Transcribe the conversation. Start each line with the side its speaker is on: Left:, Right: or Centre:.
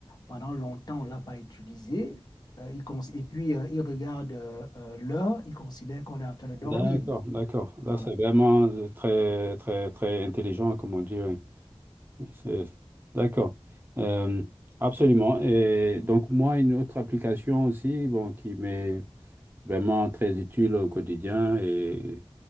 Left: pendant longtemps, on ne l'a pas utilisé, euh, il cons- et puis euh, il regarde euh, euh, l'heure, il considère qu'on est en train de dormir.
Right: D'accord, d'accord.
Left: Voilà.
Right: Là, c'est vraiment euh, très, très, très intelligent, comme on dit. oui. C'est- D'accord. Euh, absolument. Et donc, moi, une autre application aussi, bon, qui m'est vraiment très utile au quotidien et